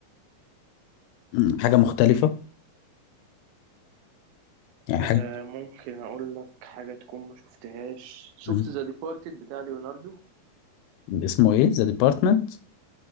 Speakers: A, on the left; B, on the right.
A: مم، حاجه مختلفه
B: م.
A: يعني
B: آه،
A: حاجه
B: ممكن اقول لك حاجه تكون ما شفتهاش شفت
A: مم.
B: ذا ديبارتد بتاع ليوناردو
A: اسمه ايه ذا ديبارتمنت